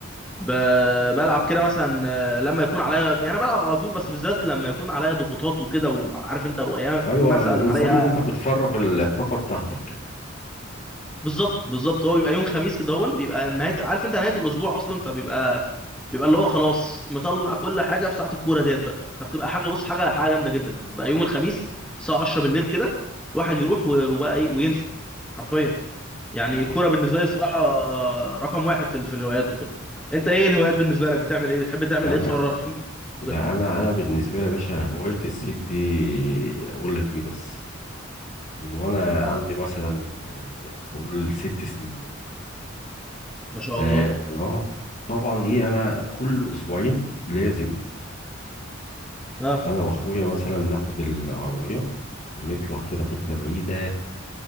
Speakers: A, in the centre; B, on the left.
A: ب- بلعب كده مثلا آه، لما يكون عليا يعني انا بلعب على طول بس بالذات لما يكون عليا ضغوطات وكده وعارف انت وايام
B: ايوه
A: مثلا
B: أنا- نظام
A: عليا
B: ان انت بتفرغ الطاقة بتاعتك
A: بالظبط بالظبط هو بيبقى يوم خميس كده هو بيبقى نهايه عارف انت نهايه الاسبوع اصلا فبيبقى بيبقى اللي هو خلاص مطلع كل حاجه في ساعه الكوره ديت بقى فبتبقى حاجه بص حاجه حاجه جامده جدا بقى يوم الخميس الساعه 10 بالليل كده واحد يروح و- وبقى ايه وينسى حرفيا يعني الكوره
B: صح.
A: بالنسبه لي بصراحه رقم واحد في ال- في الهوايات وكده انت ايه الهوايات بالنسبه لك بتعمل ايه بتحب تعمل
B: لا
A: ايه
B: لا
A: تفرغ فيه
B: لا
A: كده
B: انا انا بالنسبة لي يا باشا هواية الصيد دي اقول لك ايه بس من وانا
A: اه
B: عندي مثلا آه، اقول ست سنين
A: ما شاء
B: اه
A: الله
B: آه. طبعا ايه انا كل اسبوعين لازم
A: اه
B: انا واخويا مثلا ناخد العربية ونطلع كده حتة بعيدة